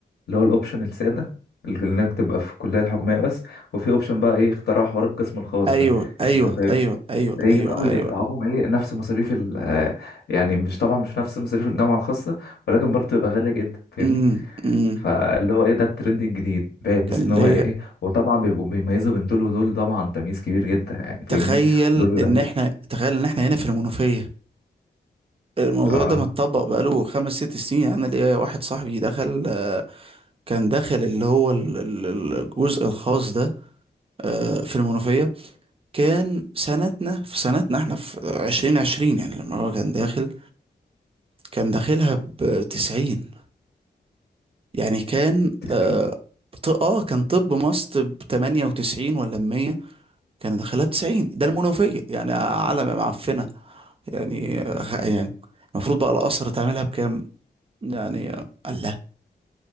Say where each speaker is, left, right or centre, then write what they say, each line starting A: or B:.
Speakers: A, on the left (about 70°); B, on the right (about 35°).
A: اللي هو الاوبشن السادة اللي انك تبقى في الكلية الحكومية بس وفي اوبشن بقى ايه اختراع حوار القسم الخاص
B: ايوه
A: ده
B: ايوه
A: انت فاهمني
B: ايوه ايوه
A: ده يجي
B: ايوه
A: بقى ويدفعوهم
B: ايوه ايوه
A: ايه نفس مصاريف ال آه، يعني مش طبعا مش نفس مصاريف الجامعة الخاصة ولكن برضه تبقى غالية جدا فاهمني
B: امم
A: فاللي هو ايه ده الترند الجديد بحيث
B: كان
A: ان هو
B: ليا
A: ايه وطبعا بيبقوا بيميزوا بين دول ودول طبعا تمييز كبير جدا يعني
B: تخيل
A: فاهمني دول بيبقى
B: ان
A: ليه
B: احنا تخيل ان احنا هنا في المنوفية الموضوع
A: اه
B: ده متطبق بقاله خمس ست سنين يعني انا ليا واحد صاحبي دخل كان داخل اللي هو ال- ال- الجزء الخاص ده آه، في المنوفية كان سنتنا في سنتنا احنا في عشرين عشرين يعني لما هو كان داخل كان داخلها بتسعين يعني كان
A: تسمعين
B: اه ط- آه، كان طب مصر بتمانية وتسعين ولا بمية كان داخلها بتسعين ده المنوفية يعني على ما معفنة يعني خ- يعني المفروض بقى الأسر تعملها بكام يعني الله